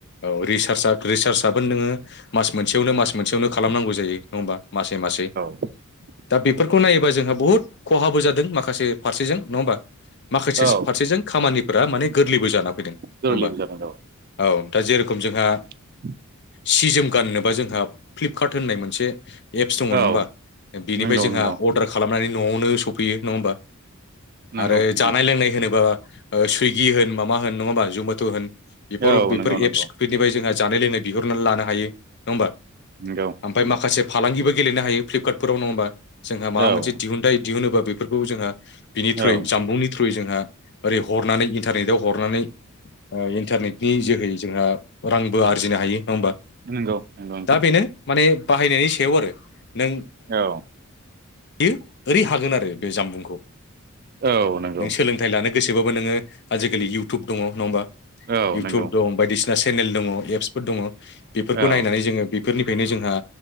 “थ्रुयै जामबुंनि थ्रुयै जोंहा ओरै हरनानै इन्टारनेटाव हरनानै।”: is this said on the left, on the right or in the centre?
Left